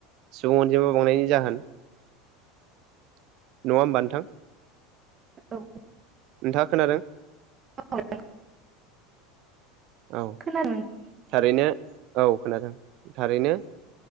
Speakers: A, on the right; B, on the right.
A: सुबुं अनजिमा बावनायनि जाहोन नङा होमबा नोंथां।
B: औ
A: नोंथाङा खोनादों?
B: औ
A: औ
B: खोनादों।
A: थारैनो औ खोनादों थारैनो